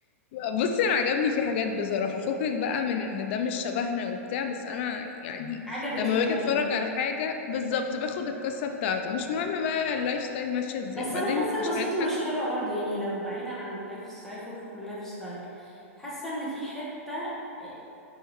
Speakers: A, on the left; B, in the centre.
A: بصي انا عجبني في حاجات بصراحه فكك بقى من ان ده مش شبهنا وبتاع بس انا يعني
B: عجبك
A: لما
B: ايه
A: باجي
B: طيب
A: اتفرج على حاجه بالظبط باخد القصه بتاعته مش مهم بقى اللايف ستايل ماشيه ازاي
B: بس
A: وبعدين
B: انا حاسه
A: مش
B: قصته
A: هنضحك
B: مش حلوه برضو يعني لو بعيدا عن اللايف ستايل فكك من اللايف ستايل حاسه ان في حته آه،